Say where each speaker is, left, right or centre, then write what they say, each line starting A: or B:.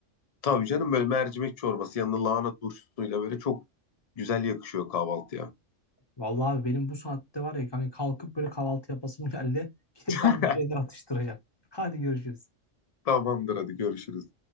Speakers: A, on the left; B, on the left.
A: tabii canım böyle mercimek çorbası yanında lahana turşusuyla böyle çok güzel yakışıyor kahvaltıya.
B: Vallahi abi benim bu saatte var ya hani kalkıp böyle kahvaltı yapasım geldi. <laughs> Gidip
A: <laughs>
B: ben bir şeyler atıştıracağım. Hadi görüşürüz.
A: Tamamdır hadi görüşürüz.